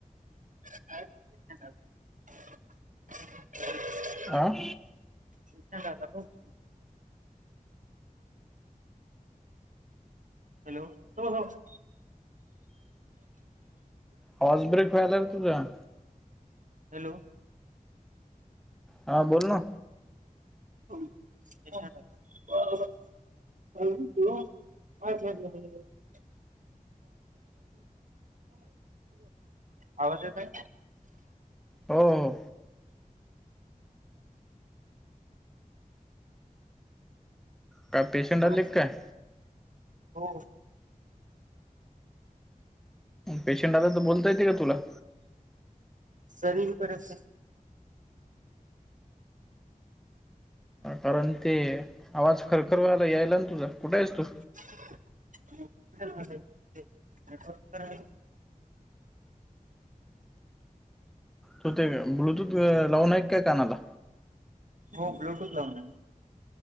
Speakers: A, on the right; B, in the centre.
A: का <unintelligible>
B: अं.
A: विछ झा खू <unintelligible> हॅलो, थांबा थांबा.
B: हॉर्स ब्रेक व्हायलार तुझा.
A: हॅलो.
B: हा बोल ना.
A: <unintelligible> <unintelligible> आवाज येतोय.
B: हो हो. काय पेशंट
A: बोला
B: आले काय?
A: हो.
B: पेशंट आल तर बोलता येते का तुला?
A: सर येई पर्यंत.
B: कारण ते, आवाज खरखरला यायला ना तुझा, कुठेयेस तू.
A: व <unintelligible>
B: तो ते ब्लूटूथ लावून आहे काय कानाला.
A: हो ब्लूटूथ लावूने.